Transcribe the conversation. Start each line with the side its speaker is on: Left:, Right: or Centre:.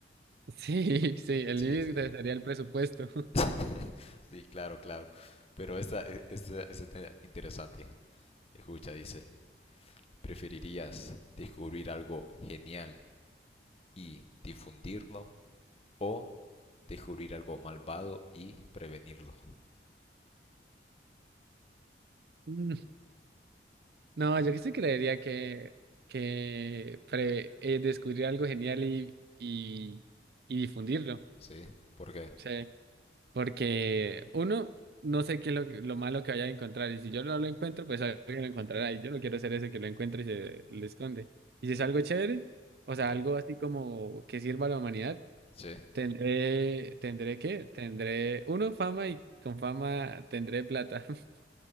Right: Sí, <laughs> sí, el
Left: Sí,
Right: límite
Left: sí.
Right: sería el presupuesto. <laughs>
Left: <laughs> Sí, claro, claro. Pero esta, e, esta, esta está interesante. Escucha, dice, ¿preferirías descubrir algo genial y difundirlo o descubrir algo malvado y prevenirlo?
Right: Mm, No, yo que sí creería que, que pre- eh, descubrir algo genial y, y, y difundirlo.
Left: ¿Sí? ¿Por qué?
Right: Sí. Porque uno, no sé qué es lo, que- lo malo que vaya a encontrar. Y si yo no lo encuentro, pues alguien lo encontrará. Y yo no quiero ser ese que lo encuentre y se lo esconde. Y si es algo chévere, o sea,
Left: Ujú.
Right: algo así como que sirva a la humanidad,
Left: Sí,
Right: tendré, ¿tendré qué? Tendré, uno, fama y con fama tendré plata. <laughs>